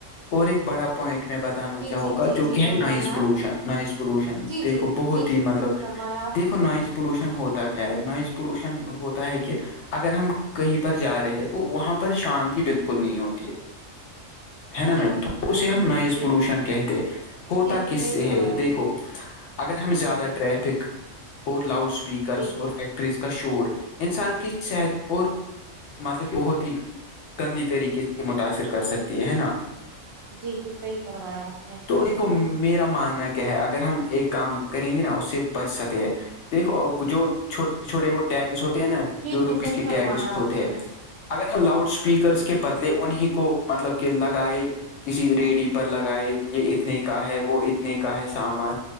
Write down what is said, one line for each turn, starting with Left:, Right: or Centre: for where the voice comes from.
Left: اور ایک بڑا پوائنٹ میں بتانا
Right: جی
Left: چاہوں
Right: جی
Left: گا
Right: جی
Left: جو
Right: جی
Left: کہ ہے
Right: فرمایا
Left: نوائز پولوشن
Right: آپ
Left: نوائز پولوشن
Right: جی
Left: دیکھو
Right: جی
Left: بہت
Right: جی جی
Left: ہی مطلب
Right: جی
Left: دیکھو
Right: فرمایا آپ
Left: دیکھو نوائز پولوشن ہوتا کیا ہے نوائز پولوشن ہوتا ہے کہ اگر ہم کہیں پر جا رہے ہیں تو وہاں پر شانتی بالکل نہیں ہوتی ہے ہے نا
Right: جی
Left: میم
Right: جی
Left: تو اسے ہم نوائز
Right: جی
Left: پولوشن کہتے ہوتا
Right: جی جی
Left: کس
Right: صحیح
Left: سے
Right: فرمایا
Left: ہے دیکھو اگر ہم زیادہ ٹریفک اور لاؤڈ اسپیکرس
Right: جی
Left: اور فیکٹریز کا شور انسان کی صحت اور مطلب کہ ہوتی گندی طریقے سے متاثر کر سکتی ہے ہے نا
Right: جی جی صحیح فرمایا آپ نے
Left: تو دیکھو میرا ماننا کیا ہے اگر ہم ایک کام کریں گے نا اس سے بچ سک دیکھو جو چھوٹی چھوڑے وہ ٹیگس ہوتے ہیں نا
Right: جی
Left: جو
Right: جی
Left: روپیز
Right: صحیح
Left: کے
Right: فرمایا
Left: ٹیگس
Right: آپ
Left: ہوتے
Right: نے
Left: ہیں اگر ہم لاؤڈ اسپیکرس کے بدلے انہیں کو مطلب کہ لگائے کسی ریڑی پر لگائے یہ اتنے کا ہے وہ اتنے کا ہے سامان